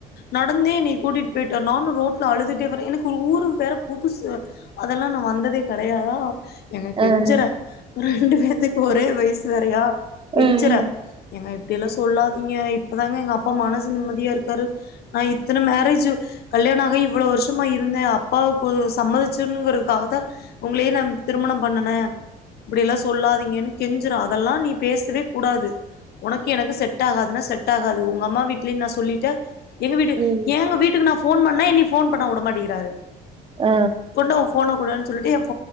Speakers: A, on the left (about 70°); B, on the right (about 30°).
A: நடந்தே நீ கூட்டிட்டு பொய்ட்ட நானு ரோட்ல அழுதுட்டே வரே எனக்கு ஊரு வேற புதுசு அதெல்லா நா வந்ததே கெடையாதா ஏங்க
B: ம்
A: கெஞ்சரே ரெண்டு பேத்துக்கு ஒரே வயசு வேறையா கெஞ்சரே
B: ம்
A: ஏங்க அப்டியெல்லா சொல்லாதீங்க இப்பதாங்க எங்க அப்பா மனசு நிம்ம தியா இருக்காரு நா இத்தன மேரேஜூ கல்யாணோ ஆகி இவ்ளோ வருஷமா இருந்தே அப்பாவுக்கு சம் மதிச்சுர்னுங்கறதுக்காகதா ஒங்ளே நான் திருமணம் பண்ணுனே இப்டியெல்லா சொல்லாதீங்கன்னு பிஞ்சிரு அதெல்லா நீ பேசவே குடாது உனக்கு எனக்கு செட் ஆகாதுன்னா செட் ஆகாது உங்க அம்மா வீட்லயு நான் சொல்லிட்ட எங்க வீட்டுக்கு
B: ம்
A: ஏங்க வீட்டுக்கு நா போன் பண்ணா என்னை போன் பண்ண விடமாட்டங்கிறாரு
B: ஆ
A: கொண்ட உன் போன கூடன்னு சொல்லிட்டு என்